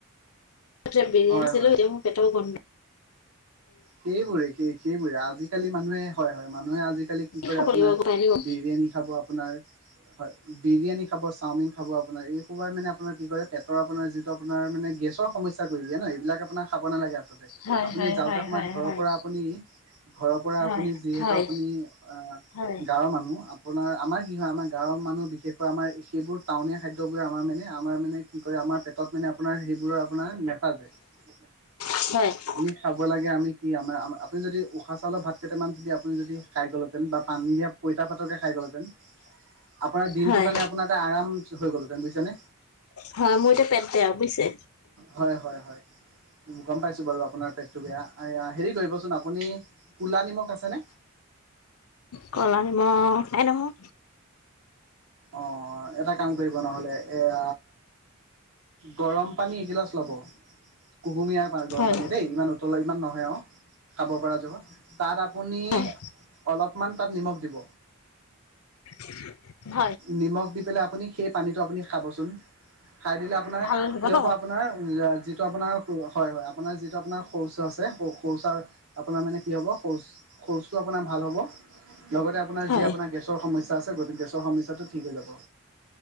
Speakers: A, on the left; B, on the right.
A: <unintelligible>
B: হয় হয়
A: পেটৰ গণ
B: সেইবোৰে সেই সেইবোৰে আজিকালি মানুহে হয় হয়, মানুহে আজি কি কৰে
A: খাব
B: আপোনাৰ,
A: লাগিব পাৰিব?
B: বিৰিয়ানী খাবো আপোনাৰ হয় বিৰিয়ানী খাবো, চাওমিন খাবো আপোনাৰ এই সয়াই মানে আপোনাৰ কি কৰে পেটৰ আপোনাৰ যিটো আপোনাৰ মানে গেছৰ সমস্যা কৰি দিয়া ন, এইবিলাক আপোনাৰ খাবো নালাগে আচলতে,
A: হয়
B: আপুনি
A: হয়
B: যাওঁতে
A: হয়
B: সময়ত
A: হয়
B: ঘৰৰ
A: হয়
B: পৰা আপুনি, ঘৰৰ পৰা
A: হয়
B: আপুনি যিহেতু
A: হয়
B: আপুনি
A: হয়
B: অ
A: হয়
B: গাঁওৰ মানুহ আপোনাৰ আমাৰ কি হয় আমাৰ গাঁওৰ মানুহ বিশেষ আমাৰ সেইবোৰ টাউনীয়া খাদ্যবোৰ আমাৰে মানে আমাৰ মানে কি কৰে আমাৰ পেটত মানে আপোনাৰ সেইবোৰৰ আপোনাৰ <unintelligible>
A: <inaudible>
B: আমি খাব লাগে আমি কি আমাৰ আপুনি যদি উশাহ চাউলৰ ভাত কেইটামান যদি আপুনি যদি খাই গ'ল বা পানী দিয় পইতা ভাত খাই গ'ল হেঁতেন আপোনাৰ দিনটো
A: হয়
B: কাৰণে আপোনাৰ এটা আৰাম হৈ গ'ল বুজিছানে।
A: হয় মোৰ এতিয়া পেট বেয়া বুজিছে
B: হয় হয় গম পাইছো বাৰু আপোনাৰ পেকটো বেয়া। য়া হেৰি কৰিবচোন আপুনি কোলা নিমখ আছেনে?
A: কলা নিমখ নাই নহয়।
B: অ এটা কাম নহ'লে এয়া গৰম পানী এগিলাচ ল'ব, কুহুমীয়াৰ গৰম
A: হয়
B: পানী দেই ইমান উতলাই ইমান নহয় আৰু। খাব পৰা যাব, তাত আপুনি
A: হয়।
B: অলপমান তাত নিমখ দিব,
A: <inaudible>
B: নিমখ দি পেলাই আপুনি সেই পানীটো আপুনি খাবচোন। খাই দিলে আপোনাৰ
A: ভাল হ'ব
B: কিহব
A: ন?
B: আপোনাৰ যিটো আপোনাৰ হয় হয় আপোনাৰ যিটো আপোনাৰ শৌচ আছে শৌচাৰ আপোনাৰ মানে কি হ'ব শৌচ শৌচটো আপোনাৰ ভাল হ'ব লগতে আপোনাৰ
A: হয়,
B: যি আপোনাৰ গেছৰ সমস্যা আছে গ গেছৰ সমস্যাটো ঠিক হৈ যাব।